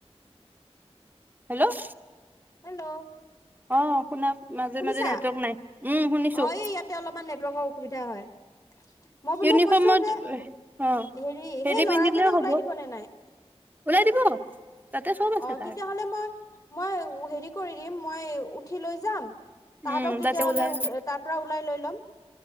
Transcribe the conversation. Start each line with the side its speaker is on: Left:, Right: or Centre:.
Right: হেল্ল'!
Left: হেল্ল'!
Right: অ, শুনা মাজে-মাজে
Left: শুনিছা
Right: নেটৱৰ্ক নাই। উম, শুনিছোঁ।
Left: অ ইয়াতে এই অলপমান নেটৱৰ্কৰ অসুবিধা হয়। মই বোলো
Right: ইউনিফৰ্মত
Left: কৈছোঁ যে,
Right: অ
Left: হেৰি সেই ল'ৰাজনে
Right: পিন্ধিলেও হ'ব
Left: ওলাই দিবনে নাই?
Right: ওলাই দিব। তাতে চব আছে
Left: অ,
Right: তাৰ
Left: তেতিয়া হ'লে মই, মই হেৰি কৰি দিম, মই উঠি লৈ যাম, তাহাঁতক
Right: উম
Left: তেতিয়া
Right: তাতে
Left: হ'লে
Right: ওলাই ল
Left: তাৰ পৰা ওলাই লৈ লম।